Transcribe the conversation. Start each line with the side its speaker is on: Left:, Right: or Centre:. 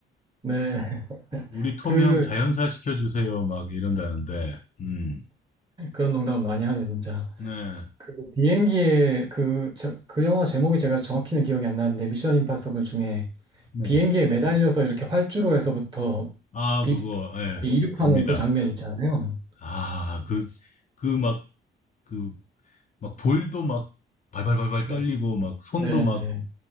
Right: 네.
Left: 우리 톰
Right: <laughs> 그,
Left: 형 자연사 시켜주세요 막 이런다는데 음,
Right: 그런 농담을 많이 하죠, 진짜.
Left: 네,
Right: 그 비행기에 그, 저, 그 영화 제목이 제가 정확히는 기억이 안 나는데, 미션 임파서블 중에
Left: 네.
Right: 비행기에 매달려서 이렇게 활주로 에서부터
Left: 아,
Right: 비,
Left: 그거 예,
Right: 비- 이륙하는
Left: 압니다.
Right: 그 장면 있잖아요.
Left: 아, 그, 그 막, 그, 막 볼도 막 발발발발
Right: 네.
Left: 떨리고 막 손도
Right: 네네.
Left: 막